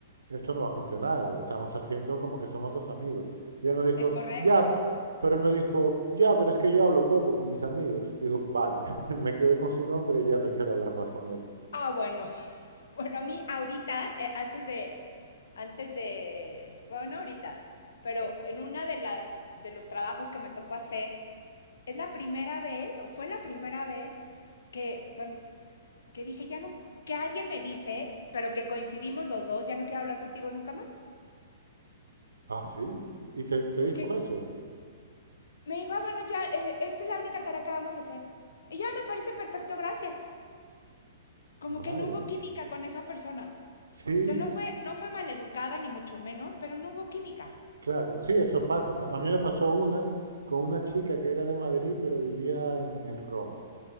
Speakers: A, on the right; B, on the left.
A: esto no va a funcionar, estamos haciendo como que somos dos amigos. Y él me dijo,
B: Es correcto.
A: ya, pero él me dijo, ya, pero es que yo hablo poco con mis amigos. Dijo, vale, <laughs> me quedé con su nombre y ya no quiero hablar más con él.
B: Ah, bueno. Bueno, a mí ahorita, eh, antes de, antes de, bueno, no ahorita, pero en una de las, de los trabajos que me tocó hacer, es la primera vez, o fue la primera vez que, bueno, que dije, ya no, que alguien me dice, pero que coincidimos los dos, ya no quiero hablar contigo nunca más.
A: Ah, sí, y te, te
B: Porque
A: dijo eso.
B: me dijo, ah, bueno, ya, eh, esta es la única tarea que vamos a hacer. Y yo, ah, me parece perfecto, gracias. Como
A: Vaya,
B: que no hubo química con esa persona.
A: sí,
B: O sea, no fue, no fue maleducada, ni mucho menos, pero no hubo química.
A: claro, sí, eso pasa. tam- A mí me pasó una con una chica que era de Madrid, pero vivía en, en Roma.